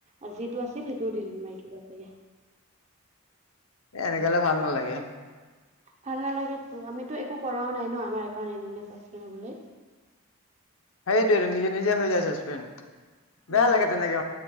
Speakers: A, on the right; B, on the left.
A: আৰু যিটো আছিল সেইটোও দিলিট মাৰি দিলো বাপেকে।
B: এ এনেকে ভাল নালাগে।
A: ভাল নালাগেতো আমিতো একো কৰাও নাই ন আমাৰ একাউণ্ট এনে এনে ছাছপেণ্ড হ'বলৈ।
B: সেইটোৱেটো নিজে, নিজে হৈ যাই ছাছপেণ্ড বেয়া
A: উম
B: লাগে তেনেকে।